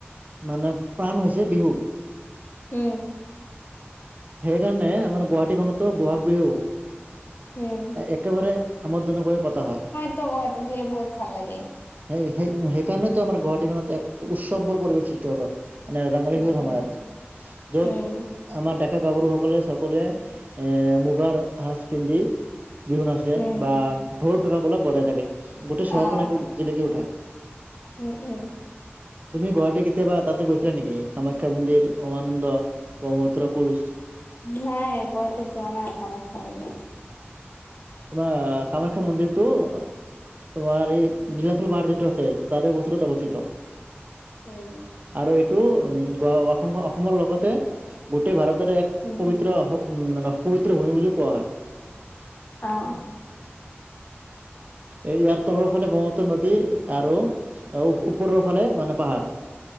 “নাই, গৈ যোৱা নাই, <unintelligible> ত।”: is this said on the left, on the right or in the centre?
Left